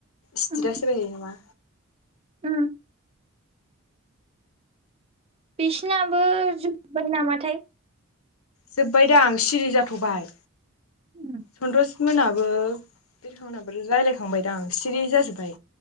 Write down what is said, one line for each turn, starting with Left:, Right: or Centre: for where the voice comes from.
Left: सिटिथास
Right: उम
Left: होबाय थायो नामा
Right: उम बिसिनाबो जुजोब्बाय नामाथाय
Left: जोबबायदां सिरि जाथ'बाय
Right: उम
Left: सन्तस मोनाबो बिरखांनाबो रायज्लायखांबायदां सिरि जाजोब्बाय